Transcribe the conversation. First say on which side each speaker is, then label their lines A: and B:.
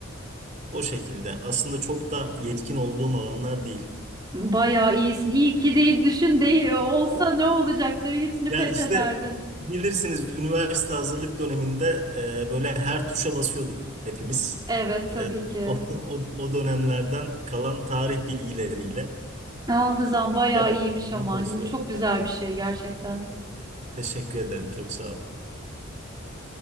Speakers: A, on the right (about 35°); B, on the right (about 20°).
A: O şekilde. Aslında çok da yetkin olduğum alanlar değil.
B: Bayağı iyisin. İyi ki değil düşün değil olsa ne olacaktı? Hepsini
A: Ya
B: fethederdin.
A: işte bilirsiniz üniversite hazırlık döneminde e, böyle her tuşa basıyorduk hepimiz.
B: Evet tabii
A: E, <laughs>
B: ki.
A: o, o, o dönemlerden kalan tarih bilgileriyle
B: Hafızan bayağı
A: cevaplandırmaya
B: iyiymiş ama
A: çalışıyorum.
B: bu çok güzel bir şey gerçekten.
A: Teşekkür ederim. Çok sağ ol.